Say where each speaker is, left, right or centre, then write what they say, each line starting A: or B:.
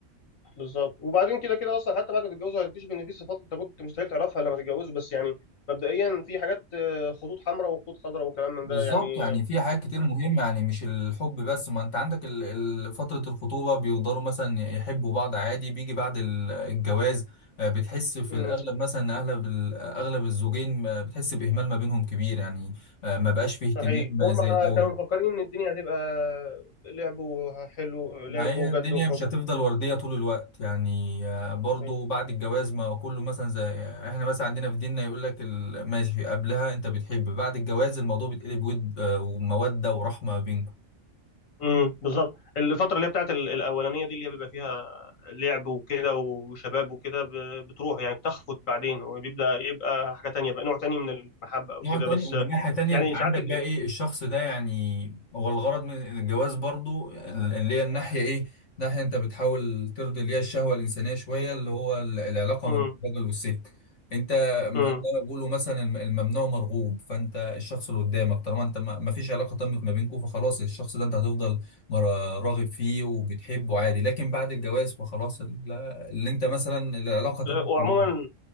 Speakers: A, on the left; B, on the left.
A: بالظبط وبعدين كده كده أصلا حتى بعد ما تتجوزوا هتكتشف إن في صفات أنت كنت مستحيل تعرفها لما تتجوزوا بس يعني مبدئيا في حاجات آه، خطوط حمراء وخطوط خضراء وكلام من
B: بالظبط
A: ده يعني
B: يعني في حاجات كتير مهمة يعني مش الحب بس ما انت عندك ال- ال- فترة الخطوبة بيفضلوا مثلا يحبوا بعض عادي بيجي بعد ال- الجواز آه، بتحس في
A: آه،
B: الأغلب مثلا إن أغلب ال- أغلب الزوجين آه، بتحس بإهمال ما بينهم كبير يعني آه، ما بقاش فيه اهتمام
A: صحيح هم
B: زي الأول
A: كانوا مفكرين ان الدنيا هتبقى لعب حلو
B: ما
A: لعب
B: هي
A: وجد
B: الدنيا
A: وحب
B: مش هتفضل وردية طول الوقت يعني آه، برضو
A: فاهم؟
B: بعد الجواز ما كله مثلا زي احنا مثلا عندنا في ديننا يقول لك ال- ماشي قبلها انت بتحب بعد الجواز الموضوع بيتقلب ود آه، ومودة ورحمة بينكم
A: امم بالظبط الفتره اللي هي بتاعت ال- الاولانيه دي اللي هي بيبقى فيها لعب وكده وشباب وكده ب- بتروح يعني بتخفت بعدين وبيبدا يبقى حاجه تانية بقى نوع تاني من المحبه او
B: نوع
A: كده
B: تاني
A: بس
B: ومن ناحية تانية
A: يعني
B: انت عندك
A: ساعات ال...
B: بقى ايه الشخص ده يعني هو الغرض من الجواز برضو اللي هي الناحية ايه ناحية انت بتحاول ترضي اللي هي الشهوة الإنسانية شوية اللي هو ال- العلاقة
A: امم
B: ما بين الراجل والست انت م-
A: امم
B: زي ما بيقولوا مثلا الم- الممنوع مرغوب فانت الشخص اللي قدامك طالما انت ما ما فيش علاقة تمت ما بينكم فخلاص الشخص ده انت هتفضل مر- راغب فيه وبتحبه عادي لكن بعد الجواز فخلاص ال- اللي انت مثلا العلاقة تمت
A: وعموما
B: ما بينكم